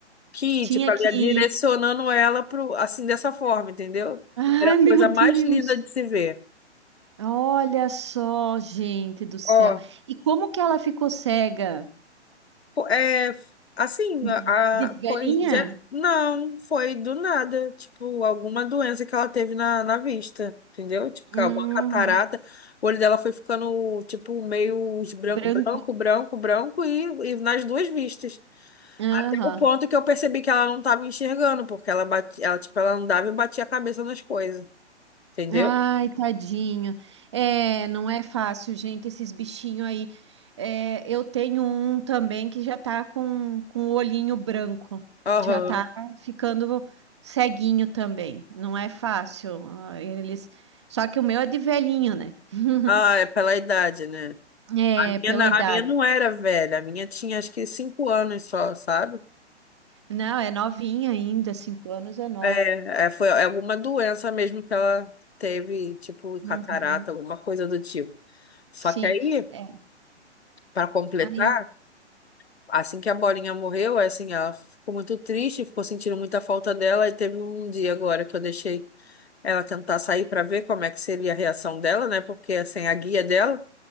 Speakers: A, on the left (about 60°); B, on the right (about 25°).
A: que
B: Tinha
A: ir, tipo ali
B: que
A: direcionando
B: <laughs>
A: ela pro assim dessa forma, entendeu?
B: Ai,
A: Era a coisa
B: meu Deus.
A: mais linda de se ver.
B: Olha só, gente do céu.
A: Ó,
B: E como que ela ficou cega?
A: Pô, É, assim, a,
B: De, de
A: a-
B: velhinha?
A: foi, já- não, foi do nada, tipo, alguma doença que ela teve na, na vista, entendeu? Tipo, ca-
B: Hum,
A: alguma catarata, o olho dela foi ficando, tipo, meio esbran-
B: branco.
A: branco, branco, branco, e, e nas duas vistas.
B: Aham.
A: Até o ponto que eu percebi que ela não tava enxergando, porque ela bate ela, tipo, ela andava e batia a cabeça nas coisas, entendeu?
B: Ai, tadinho. É, não é fácil, gente, esses bichinhos aí. É, eu tenho um também que já tá com, com o olhinho branco.
A: Aham.
B: Já tá ficando ceguinho também. Não é fácil. Ah, Eles... Só que o meu é de velhinho, né? <laughs>
A: Ah, é pela idade, né?
B: É,
A: A minha,
B: pela
A: na-
B: idade.
A: a minha não era velha, a minha tinha acho que cinco anos só, sabe?
B: Não, é novinha ainda, cinco anos é nova.
A: É, é, foi alguma doença mesmo que ela teve, tipo catarata,
B: Uhum.
A: alguma coisa do tipo. Só
B: Sim,
A: que aí,
B: é.
A: para completar,
B: Aí,
A: assim que a Bolinha morreu, é assim, ela ficou muito triste, ficou sentindo muita falta dela e teve um dia agora que eu deixei ela tentar sair para ver como é que seria a reação dela, né? Porque sem assim, a guia dela,